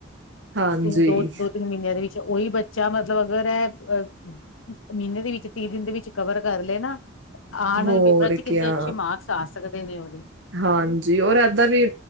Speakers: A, on the right (about 60°); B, on the left (about 75°).
A: ਹਾਂਜੀ
B: ਤਿੰਨ ਦੋ ਦੋ ਤਿੰਨ ਮਹੀਨਿਆਂ ਦੇ ਉਹੀ ਬੱਚਾ ਮਤਲਬ ਅਗਰ ਇਹ ਅ ਮਹੀਨੇ ਦੇ ਵਿੱਚ ਤੀਹ ਦਿਨ ਦੇ ਵਿੱਚ ਕਵਰ ਕਰ ਲਏ ਨਾ ਆਣ
A: ਹੋਰ
B: ਵਾਲੇ ਪੇਪਰਾ ਚ ਕਿੰਨੇੇ
A: ਕਿਆ
B: ਅਛੇ ਮਾਕਸ ਆ ਸਕਦੇ। ਨੇ ਉਹਦੇ।
A: ਹਾਂਜੀ ਔਰ ਏਦਾਂ ਵੀ